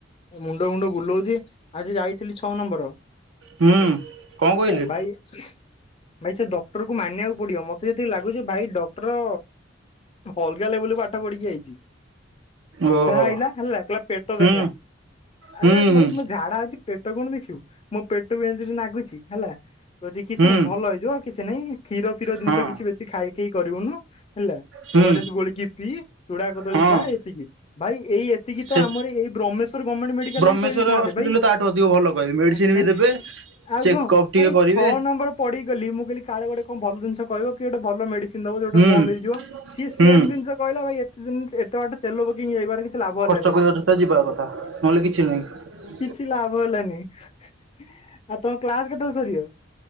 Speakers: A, on the left (about 30°); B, on the right (about 85°).
A: ଏ ମୁଣ୍ଡ ଫୁଣ୍ଡ ବୁଲଉଚି। ଆଜି ଯାଇଥିଲି ଛଅ ନମ୍ବର
B: ହୁଁ କଣ
A: ହେଲା
B: କହିଲେ
A: ବାଇକ୍। ଭାଇ ସେ ଡକ୍ଟରକୁ ମାନିବାକୁ ପଡିବ ମତେ ଯେତିକି ଲାଗୁଚି ଭାଇ ଡ଼କ୍ଟର। ଅଲଗା ଲେବୁଲରେ ପାଠ ପଢିକି ଆଇଚି। ସିଧା
B: ଓହୋ
A: ଆଇଲା ହେଲା କହିଲା ପେଟ
B: ହୁଁ
A: ଦେଖା
B: ହୁଁ
A: ଆରେ ମାନେ
B: ହୁଁ
A: ମତେ ଝାଡା ହେଇଛି। ପେଟ କଣ ଦେଖିବୁ ମୋ ପେଟକୁ ଏମିତି ନାଗୁଛି ହେଲା କହୁଛି କିଛି
B: ହୁଁ
A: ନାଇଁ ଭଲ ହେଇଯିବ। କିଛି ନାଇଁ କ୍ଷୀର ଫିର ଜିନିଷ
B: ହଁ
A: କିଛି ବେଶୀ ଖାଇ ଖେଇ କରିବୁନୁ। ହେଲା
B: ହୁଁ
A: ଓ ଆର ଏସ୍ ଗୋଳେଇକି ପିଇ ଚୁଡା କଦଳୀ
B: ହଁ
A: ଖା ଏତିକି। ଭାଇ ଏଇ ଏତିକି ତ
B: ସେ
A: ଆମରି ଏଇ ବ୍ରହ୍ମେଶ୍ୱର ଗମେଣ୍ଟ୍ ମେ। ମେଡ଼ିକାଲ
B: ବ୍ରହ୍ମେଶ୍ଵର
A: ରେ ବି କହିଦେଇଥାନ୍ତେ
B: ହସ୍ପିଟାଲରେ
A: ଭାଇ
B: ତାଠୁ ଅଧିକ ଭଲ କହିବେ ମେଡିସିନ
A: ଏଁ
B: ବି
A: ଏଁ
B: ଦେବେ
A: ଆଉ
B: ଚେକଅପ୍
A: କଣ
B: ଟିକେ
A: ଭାଇ
B: କରିବେ
A: ଛଅ ନମ୍ବର। ପଡିଗଲି ମୁଁ କହିଲି କାଳେ ଗୋଟେ କଣ ଭଲ ଜିନିଷ କହିବ କି ଗୋଟେ ଭଲ ମେଡ଼ିସିନ୍ ଦବ। ସେଗୋଟେ
B: ହୁଁ
A: ବନ୍ଦ ହେଇଯିବ ସିଏ ସେମ୍
B: ହୁଁ
A: ଜିନିଷ କହିଲା ଭାଇ ଏତେ ଦିନ ଏତେ ବାଟ ତେଲ ପକେଇକି ଆଇବାରେ କିଛି ଲାଭ ହେଲାନି।
B: ସପରିବାର ସହିତ ଯିବା କଥା ନହେଲେ କିଛି ନାହିଁ।
A: କିଛି ଲାଭ ହେଲାନି ଆଉ ତମ କ୍ଲାସ୍ କେତେବେଳେ ସରିବ।